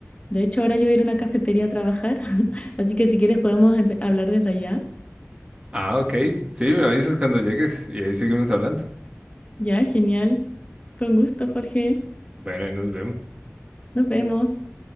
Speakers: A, on the left; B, on the right.
A: De hecho, ahora yo voy a ir a una cafetería a trabajar, <laughs> así que si quieres podemos empe- hablar desde allá.
B: Ah, ok. Sí, me avisas cuando llegues y ahí seguimos hablando.
A: Ya, genial. Con gusto, Jorge.
B: Bueno, ahí nos vemos.
A: Nos vemos.